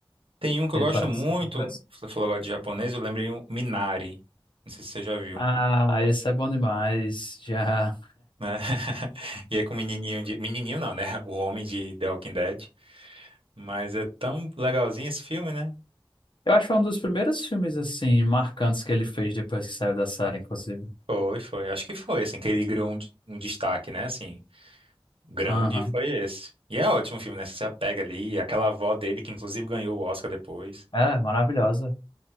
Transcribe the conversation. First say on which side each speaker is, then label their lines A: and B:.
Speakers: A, on the right; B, on the left.
A: Tem um que
B: Ele
A: eu gosto
B: parece
A: muito,
B: ser bem interessante.
A: você falou agora de japonês, eu lembrei o Minari, não sei se você já viu.
B: Ah, esse é bom demais. Já.
A: né? <laughs> E é com o menininho de... Menininho não, né? O homem de The Walking Dead. Mas é tão legalzinho esse filme, né?
B: Eu acho que foi um dos primeiros filmes, assim, marcantes que ele fez depois que saiu da série, inclusive.
A: Foi, foi. Acho que foi, assim, que ele criou um, um destaque, né? Assim, grande
B: Aham.
A: foi esse. E é ótimo o filme, né? Você se apega ali. Aquela avó dele, que inclusive ganhou o Oscar depois.
B: É, maravilhosa.